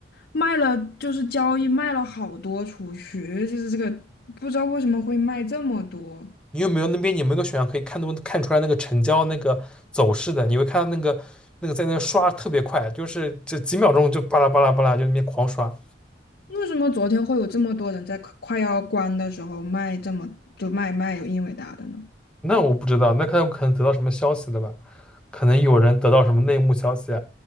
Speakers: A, on the left; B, in the centre.
A: 卖了，就是交易卖了好多出去，就是这个不知道为什么会卖这么多，
B: 你有没有那边有没有个选项可以看都看出来那个成交那个走势的？你会看到那个那个在那刷特别快，就是这几秒钟就巴拉巴拉巴拉就那边狂刷。
A: 为什么昨天会有这么多人在快快要关的时候卖这么就卖卖有英伟达的呢？
B: 那我不知道，那看可能得到什么消息的吧？可能有人得到什么内幕消息啊